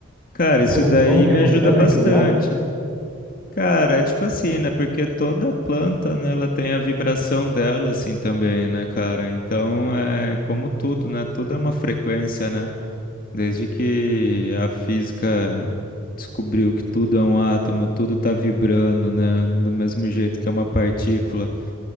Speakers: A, on the left; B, in the centre.
A: Cara, isso
B: Como,
A: daí
B: como que
A: me
B: funciona
A: ajuda bastante.
B: aquilo lá?
A: Cara, é tipo assim, né? Porque toda planta, né, ela tem a vibração dela, assim, também, né, cara? Então, é como tudo, né? Tudo é uma frequência, né? Desde que a física descobriu que tudo é um átomo, tudo tá vibrando, né? Do mesmo jeito que é uma partícula.